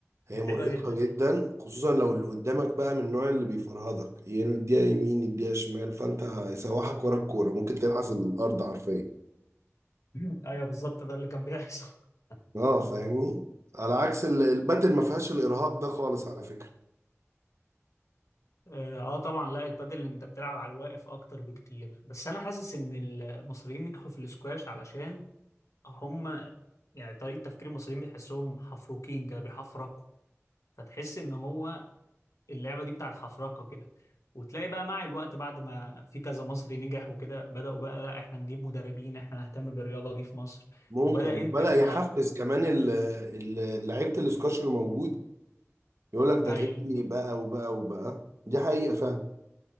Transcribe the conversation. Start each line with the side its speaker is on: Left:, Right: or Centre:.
Right: هي
Left: متعبة
Right: مرهقة
Left: جدا
Right: جدا
Left: يعني
Right: خصوصا لو اللي قدامك بقى من النوع اللي بيفرهدك يديها يمين يديها شمال فأنت يسوحك ورا الكورة ممكن تلحس الأرض حرفيا
Left: <laughs> <clears throat> ايوه بالظبط ده اللي كان بيحصل <laughs>
Right: اه فاهمني على عكس ال- الباتل ما فيهاش الإرهاق ده خالص على فكرة
Left: اه آه، طبعا لا البادل انت بتلعب على الواقف اكتر بكتير بس انا حاسس ان المصريين نجحوا في الاسكواش علشان هم يعني طريقة تفكير المصريين بيحسهم حفروكين كده بيحفركوا فتحس ان هو اللعبة دي بتاعت حفركة كده وتلاقي بقى مع الوقت بعد ما في كذا مصري نجح وكده بدأوا بقى لا احنا نجيب مدربين احنا نهتم بالرياضة دي في مصر
Right: ممكن
Left: وبدأ
Right: بدأ
Left: انت ك
Right: يحفز كمان ال- ال- لعيبة السكواش الموجود يقول لك ده
Left: أيوة.
Right: غني بقى وبقى وبقى دي حقيقة فعلا